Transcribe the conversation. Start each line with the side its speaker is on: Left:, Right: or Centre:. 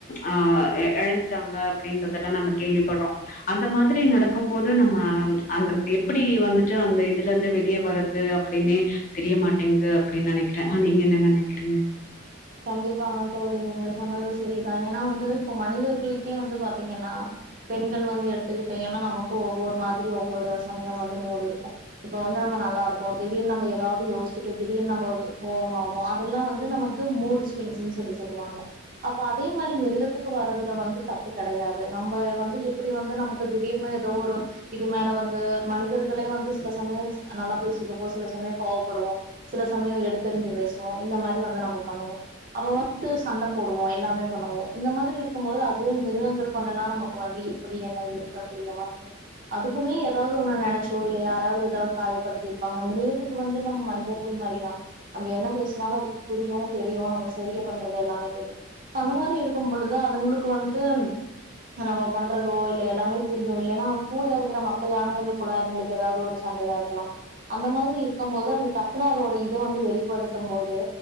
Left: ஆ எழந்துட்டாங்க அப்டின்றதெல்லா நம்ம கேள்விப்பட்றோ அந்த மாதிரி நடக்கும்போது நம்ம அந்த எப்டி வந்துட்டு அந்த இதுல இருந்து வெளியே வர்றது எப்டின்னே தெரியமாட்டேங்குது அப்டி நெனைக்கிற ஆ நீங்க என்ன நெனைக்கறீங்க
Right: கண்டிப்பாங்க தோழி நீங்க சொன்னது சரிதா ஏன்னா வந்து இப்ப மனிதர் ஈசியா வந்து பாத்தீங்கன்னா பெண்கள் வந்து எடுத் டு கிட்ட ஏன்னா நமக்கு ஒவ்வொரு மாதிரி ஒவ்வொரு சமயோ வந்து மூடு இருக்கு இப்ப வந்து நம்ம நல்லா இருக்கோ திடீர்னு நம்ம ஏதாவது யோசிச்சுட்டு திடீர்ன் நம்ம கோவமாவோ அதெல்லா வந்து நமக் வந்து மூடு ஸ்விங்ஸ்ன்னு சொல்லி சொல்லுவாங்க அப்ப அதே மாரி மிருகத்துக்கு வர்றதுல வந்து தப்பு கடையாது நம்ம வந்து எப்டி வந்து நம்ம இப்ப திடீர்னு ஏதோ ஒரு இது மேல வந்து மனிதர்களே வந்து சில சமயம் நல்லா பேசிட்டு இருப்போ சில சமயோ கோவப்படுவோ சில சமயோ எடுத்தெரிஞ்சு பேசுவோ இந்த மாரி வந்து நம்ம பண்ணுவோ அப்ப வந்து சண்ட போடுவோ எல்லாமே பண்ணுவோ இந்த மாதிரி இருக்கும்போது அதுவே மிருகங்கள் பண்ணனா நமக் இப்ப வந்து எப்படி என்ன ஏ சொன்னா புரிய மாட்டேங்குது அதுக்குமே ஏதாவது ஒன்ன நெனைச்சோ இல்ல யாராவது ஏதாவது காயப்படுத்தி பாங்க மிருகத்துக்கு வந்து நம்ம மனிதர்கள் மாரியா நம்ம என்ன பேசனாலு அதுக்கு புரியு தெரியு நம்ம செய்க பண்றது எல்லாமே தெரியு அந்த மாரி இருக்கும்பொழுது அதுங்களுக்கு வந்துட்டு நம்ம பண்றதோ இல்ல எல்லாமே புரியு இல்லேன்னா கூட இருக்கிற மத்த யானைகள் கூட அதுங்களுக்கு ஏதாது ஒரு சண்டையா இருக்கலாம் அந்த மாதிரி இருக்கும் போது அது டக்குன்னு அதோட இத வந்து வெளிப்படுத்தும் போது